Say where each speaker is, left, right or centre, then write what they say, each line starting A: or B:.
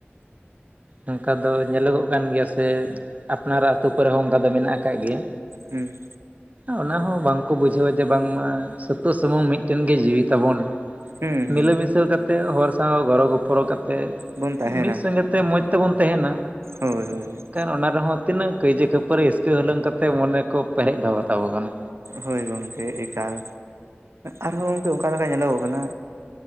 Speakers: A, on the right (about 35°); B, on the right (about 85°).
A: ᱚᱱᱠᱟ ᱫᱚ ᱧᱮᱞᱚᱜᱚᱜ ᱠᱟᱱ ᱜᱮᱭᱟ ᱥᱮ ᱟᱯᱱᱟᱨᱟᱜ ᱟᱛᱳ ᱠᱚᱨᱮ ᱦᱚᱸ ᱚᱱᱠᱟ ᱫᱚ ᱢᱮᱱᱟᱜ ᱟᱠᱟᱫ ᱜᱮᱭᱟ᱾
B: ᱦᱩᱸ
A: ᱚᱱᱟ ᱦᱚᱸ ᱵᱟᱝᱠᱚ ᱵᱩᱡᱷᱟᱹᱣᱟ ᱡᱮ ᱵᱟᱝᱢᱟ ᱥᱩᱛᱩᱜ ᱥᱩᱢᱩᱝ ᱢᱤᱫᱴᱮᱱ ᱜᱮ ᱡᱤᱣᱤ ᱛᱟᱵᱚᱱ᱾
B: ᱦᱩᱸ ᱦᱩᱸ
A: ᱢᱤᱞᱟᱹ ᱢᱤᱥᱟᱹ ᱠᱟᱛᱮ ᱦᱚᱲ ᱥᱟᱶ ᱜᱚᱲᱚ ᱜᱚᱯᱚᱲᱚ ᱠᱟᱛᱮ
B: ᱵᱚᱱ ᱛᱟᱦᱮᱱᱟ
A: ᱢᱤᱫ ᱥᱚᱸᱜᱮ ᱛᱮ ᱢᱚᱡᱽ ᱛᱮᱵᱚᱱ ᱛᱟᱦᱮᱸᱱᱟ
B: ᱦᱳᱭ ᱦᱳᱭ ᱦᱳᱭ
A: ᱚᱱᱟ ᱨᱮᱦᱚᱸ ᱛᱤᱱᱟᱹᱜ ᱠᱟᱹᱭᱡᱟᱹ ᱠᱷᱟᱹᱯᱟᱹᱨᱤ ᱦᱤᱥᱠᱟᱹ ᱦᱩᱞᱟᱹᱝ ᱠᱟᱛᱮ ᱢᱚᱱᱮ ᱠᱚ ᱯᱮᱨᱮᱡ ᱫᱚᱦᱚ ᱠᱟᱛᱟᱣ ᱠᱟᱱᱟ
B: ᱦᱳᱭ ᱜᱚᱢᱠᱮ ᱮᱠᱟᱞ ᱟᱨᱦᱚᱸ ᱜᱚᱢᱠᱮ ᱚᱱᱠᱟ ᱞᱮᱠᱟ ᱧᱮᱞᱚᱜᱚᱜ ᱠᱟᱱᱟ᱾